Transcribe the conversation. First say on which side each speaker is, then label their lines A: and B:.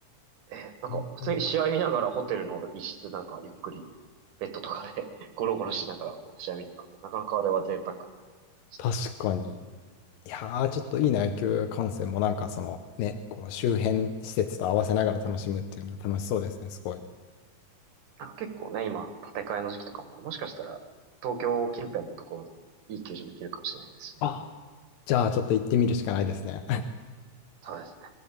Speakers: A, on the right; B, on the left.
A: えーなんか、
B: ねね
A: 普通に試合見ながらホテルの一室なんかゆっくり、ベッドとかで <laughs> ゴロゴロしながら試合見てたので、なかなかあれは贅沢な感じでした。
B: 確かに。いやー、ちょっといいな、野球観戦もなんかそのね、こう周辺施設と合わせながら楽しむっていうのは楽しそうですね、すごい。
A: なんか結構ね、今、建て替えの時期とかもあるんで、もしかしたら東京近辺のところでもいい球場できるかもしれないですしね。
B: あじゃあ、ちょっと行ってみるしかないですね。<laughs>
A: そうですね。